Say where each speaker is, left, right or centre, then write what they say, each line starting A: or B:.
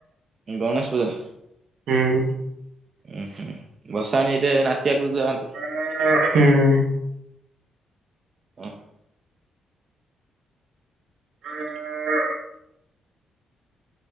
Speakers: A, on the right; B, on the right.
A: ଉଁ ଗଣେଶ ପୂଜା।
B: ହୁଁ।
A: ଉଁ ହୁଁ ଭସାଣି ରେ ନାଚିବାକୁ ଯାଆନ୍ତି।
B: ହଁ ହଁ ହୁଁ।
A: ହଁ
B: ହ